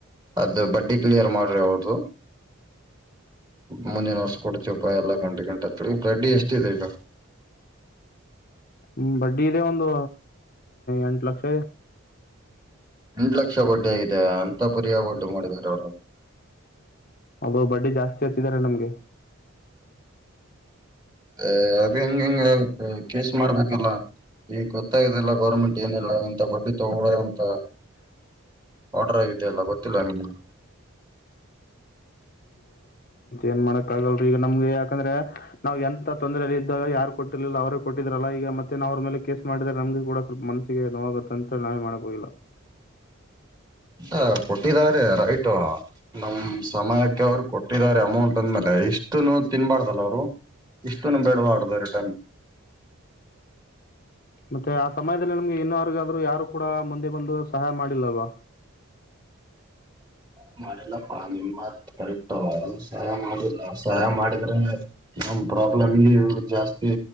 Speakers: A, on the right; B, on the left.
A: ಅದ ಬಡ್ಡಿ ಕ್ಲಿಯರ್ ಮಾಡ್ರಿ ಅವ್ರ್ದು ಮೊನ್ನೆ ನರ್ಸ್ಕೊಡ್ತೀವಿಪ ಎಲ್ಲಾ ಗಂಟೆ ಗಂಟೆ ಬಡ್ಡಿ ಎಷ್ಟಿದೆ ಈಗ
B: ಹ್ಮ ಬಡ್ಡಿ ಇದೆ ಒಂದು ಎಂಟು ಲಕ್ಷ ಇದೆ
A: ಎಂಟು ಲಕ್ಷ ಬಡ್ಡಿ ಆಗಿದೆ ಅಂತ ಪರಿ ಬಡ್ಡಿ ಮಾಡಿದಾರ ಅವರು
B: ಅದು ಬಡ್ಡಿ ಜಾಸ್ತಿ ಹಚ್ಚಿದ್ದಾರೆ ನಮಗೆ
A: ಅ ಅದು ಹೆಂಗ ಹೆಂಗ ಆಗತ್ತೆ ಕೇಸ್ ಮಾಡ್ಬೇಕಲ್ಲಾ ಈಗ ಗೊತ್ತಾಗಲ್ಲ ಗೌರ್ಮೆಂಟ್ ಏನಿಲ್ಲ ಎಂತ ಬಡ್ಡಿ ತಗ ಅಂತ ಆರ್ಡರ್ ಆಗಿದೆಲ್ಲ ಗೊತ್ತಿಲ್ಲ ನಿಮ್ಗೆ
B: ಏನ್ ಮಾಡಕ್ ಆಗಲ್ೀ ಈಗ ನಮ್ಗೆ ಯಾಕಂದ್ರೆ ನಾವ್ ಎಂತ ತೊಂದ್ರಲಿ ಇದ್ದಾಗ ಯಾರು ಕೊಟ್ಟಿಲಿಲ್ಲ ಅವ್ರ ಕೊಟ್ಟಿದ್ರಲ್ಲ ಈಗ ಮತ್ತೆ ನಾವ್ ಅವ್ರ ಮೇಲೆ ಕೇಸ್ ಮಾಡಿದ್ರೆ ನಮ್ಗೆ ಕೂಡವಲ್ಪ ಮಸ್ಸಿಗೆ ನೋವಾಗುತ್ತತ್ತ ಅಂತ ನಾವೇ ಮಾಡ್ಕೋೋಗಿಲ್ಲ
A: ಅ ಕೊಟ್ಟಿದಿದ್ದಾರೆ ರೈಟ್ ನಮ ಸಮಯಕ್ಕೆ ಅವರು ಕೊಟ್ಟಿದ್ದಾರೆ ಅಮೌಂಟ್ ಅಂದ್ಮೇಲೆ ಇಷ್ಟುನು ತಿನ್ಬಾರ್ದಲ್ಲ ಅವ್ರು ಇಷ್ಟುನು ಬಿೇಡಬಾರ್ದ ರಿಟೈನ್
B: ಮತ್ತೆ ಆ ಸಮಯದಲ್ಲಿ ನಮ್ಗೆ ಇನ್ನರ್ಗಾದ್ರು ಯಾರು ಕೂಡ ಮುಂದೆ ಬಂದು ಸಹಾಯ ಮಾಡಿಲ್ಲಲ್ವಾ
A: ಹಾಯ ಮಾಡಿಲ್ಲಪ್ಪಾ ನಿಮ್ಮತ್ ಕರೆಕ್ಟ್ ಸಹಾಯ ಮಾಡಿಲ್ಲ ಸಹಾಯ ಮಾಡಿದ್ರೆ ನಮ ಪ್ರಾಬ್ಲಮ್ಿ ಜಾಸ್ತಿ